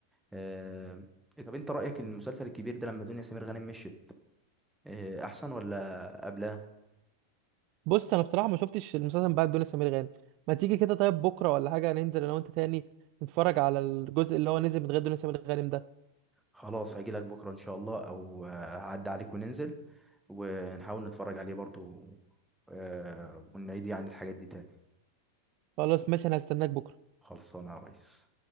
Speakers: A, in the centre; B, on the right.
A: آه، طب انت رأيك ان المسلسل الكبير ده لما دنيا سمير غانم مشيت آه، احسن ولا قبلها
B: بص انا بصراحة ما شفتش المسلسل بعد دنيا سمير غانم ما تيجي كده طيب بكرة ولا حاجة ننزل انا وانت تاني نتفرج على الجزء اللي هو نزل من غير دنيا سمير غانم ده
A: خلاص هجيلك بكرة ان شاء الله او آه، هعدي عليك وننزل ونحاول نتفرج عليه برضو آه، ونعيد يعني الحاجات دي تاني
B: خلاص ماشي انا هستناك بكرة
A: خلصانة يا ريس